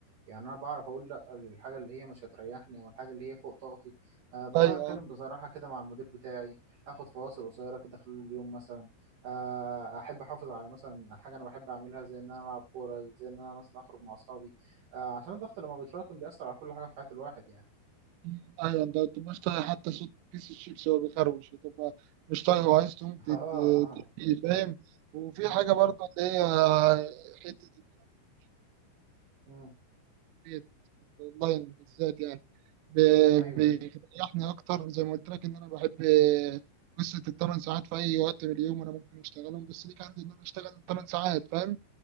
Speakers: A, on the right (about 55°); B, on the right (about 85°).
A: يعني انا بعرف اقول لا للحاجه اللي هي مش هتريحني او الحاجه اللي هي فوق طاقتي أه بحاول
B: ايوه
A: اتكلم بصراحه كده مع المدير بتاعي اخد فواصل قصيره كده خلال اليوم مثلا أه احب احافظ على مثلا حاجه انا بحب اعملها زي ان انا العب كوره زي ان انا مثلا اخرج مع اصحابي أه عشان الضغط لما بيتراكم بيأثر على كل حاجه في حياه الواحد يعني
B: مم، ايوه انت أنت مش طايق حتى صوت كيس الشيبسي وهو بيخروش بتبقى مش طايق هو عايز تقوم
A: اه
B: تت-
A: اه
B: تحكيه فاهم وفي
A: امم
B: حاجه برضه اللي هي حته ان انا
A: امم
B: بقيت اونلاين بالذات يعني ب-
A: ايوه
B: بيريحني
A: ايوه
B: اكتر زي ما قلت لك ان انا بحب قصه الثمان ساعات في اي وقت من اليوم انا ممكن اشتغلهم بس ليك عندي ان انا اشتغل ثمان ساعات فاهم